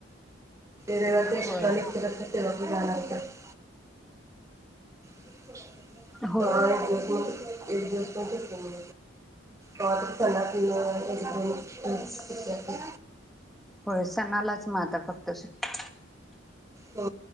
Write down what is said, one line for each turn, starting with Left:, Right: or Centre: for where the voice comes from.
Right: रायवारच एक्सट्रा
Centre: होय
Right: लेक्चर असतंय तेव्हा <inaudible> <inaudible> <inaudible> <inaudible>
Centre: होय
Right: एक दिवस तो फेकून <inaudible>
Centre: असं.
Right: सुट्टी असते.
Centre: होय, सणालाच म आता फक्त सिंग
Right: हो